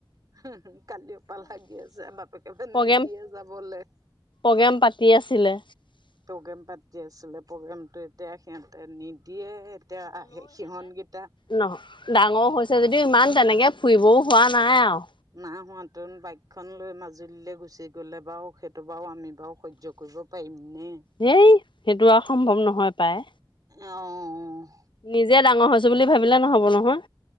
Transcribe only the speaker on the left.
প্ৰগ্ৰেম
প্ৰগ্ৰেম পাতি আছিলে।
ন ডাঙৰ হৈছে যদিও ইমান তেনেকে ফুৰিবও হোৱা নাই আৰু।
হেই সেইটো আৰু সম্ভৱ নহয় পায়।
নিজে ডাঙৰ হৈছোঁ বুলি ভাবিলে নহ'ব নহয়।